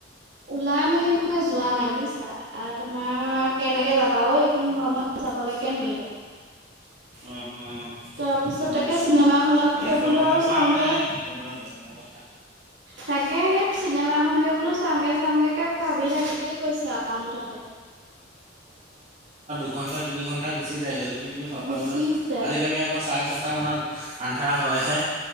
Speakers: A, on the right (about 70°); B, on the right (about 35°).
A: ওলাই মেলি মানে যোৱা নাই বুইচা আ- তোমাৰ কেনেকে যাবা অ এইখন গৰমত। যাবলেকে <unintelligible>
B: অ অ
A: তাৰপিছত
B: বুজিছো
A: তাকে চিনেমাখনকে
B: অ এই গৰমৰপা
A: বোলো আৰু চাওঁগে।
B: মানে তোমাৰ গৰম কথা।
A: তাকে সেই চিনেমাখনকে বোলো চামগে চামগেকে ভাবি থাকোতে গৈছে আউ মুঠতে।
B: দু ঘণ্টা তিনি ঘণ্টা গুচি যায়গে যদি তুমি ছটা
A: গুচি
B: বজাত
A: যায়।
B: আজিকালি আকৌ চাৰে ছটা মানত আন্ধাৰ হয়হে।